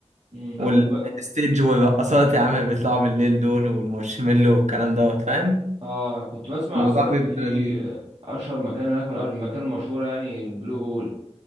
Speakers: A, on the right; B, on the right.
A: امم انا
B: والستيج
A: كنت ب...
B: والرقصات يا عم اللي بيطلعوا بالليل دول والمارشميلو والكلام دوت فاهم
A: اه كنت بسمع
B: الموضوع
A: اصلا ان
B: بيبقى
A: في
B: لذيذ
A: آه، اشهر مكان هناك من المكان المشهوره يعني البلو هول